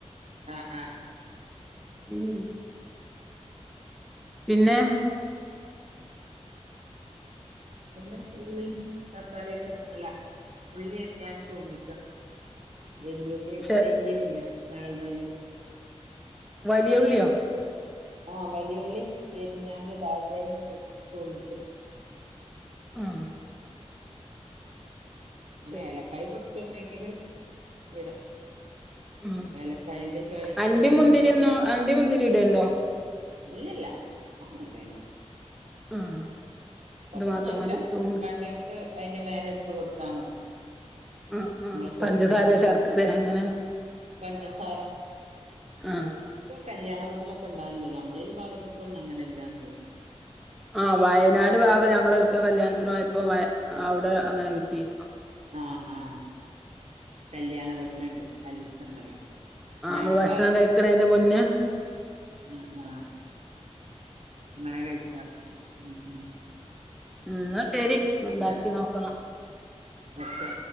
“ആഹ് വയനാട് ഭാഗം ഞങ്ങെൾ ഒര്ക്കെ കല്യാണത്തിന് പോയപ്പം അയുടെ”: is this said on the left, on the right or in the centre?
Centre